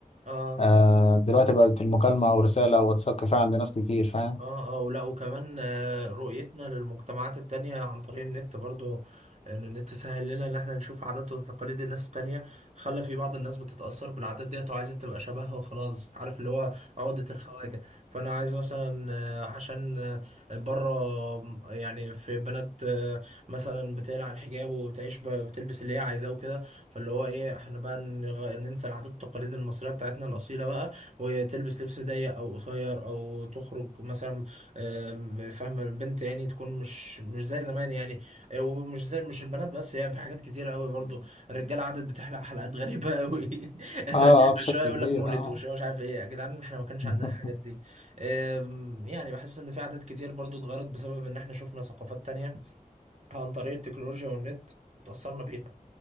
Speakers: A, on the right; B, on the left.
A: اه
B: آه دلوقتي بقت المكالمة ورسالة وواتساب كفاية عند ناس كتير فاهم
A: اه اه ولا وكمان آه، رؤيتنا للمجتمعات التانية عن طريق النت برضو ان النت سهل لنا ان احنا نشوف عادات وتقاليد الناس التانية خلى في بعض الناس بتتأثر بالعادات ديت وعايزة تبقى شبهها وخلاص عارف اللي هو عقدة الخواجة فانا عايز مثلا آه، عشان آه، بره آم، يعني في بنات آه، مثلا بتقلع الحجاب وبتعيش ب- بتلبس اللي هي عايزاه وكده فاللي هو ايه احنا بقى نغ- ننسى العادات والتقاليد المصرية بتاعتنا الأصيلة بقى وتلبس لبس ضيق او قصير او تخرج مثلا آم، فاهمه البنت يعني تكون مش مش زي زمان يعني آه، ومش زي مش البنات بس يعني في حاجات كتيره قوي برضو الرجاله عادت بتحلق حلقات غريبه قوي <laughs>
B: اه اه بشكل
A: شويه يقول
B: كبير
A: لك مولت
B: اه
A: وشويه مش عارف ايه يا جدعان احنا ما كانش
B: <laughs>
A: عندنا الحاجات دي آم، يعني بحس ان في عادات كتير برضو اتغيرت بسبب ان احنا شفنا ثقافات تانية عن طريق التكنولوجيا والنت وتاثرنا بيها